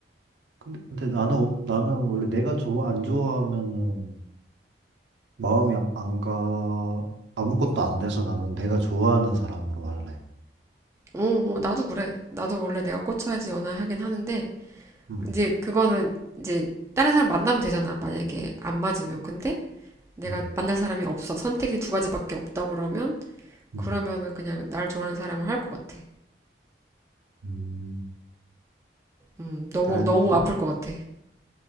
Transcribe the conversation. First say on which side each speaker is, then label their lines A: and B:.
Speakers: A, on the right; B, on the right.
A: 근데, 근데 나는, 오- 나는 원래 내가 좋아, 안 좋아하면은 마음이 안 가, 아무것도 안 돼서 나는 내가 좋아하는 사람으로 할래.
B: 어, 어, 나도 그래. 나도 원래 내가 꽂혀야지 연애하긴 하는데
A: 음,
B: 이제 그거는 이제 다른 사람 만나면 되잖아. 만약에 안 맞으면. 근데 내가
A: 음,
B: 만날 사람이 없어. 선택이 두 가지밖에 없다 그러면
A: 음,
B: 그러면은 그냥 날 좋아하는 사람을 할 것 같아.
A: 음.
B: 음, 너무
A: 날,
B: 너무
A: 근데,
B: 아플 것 같아.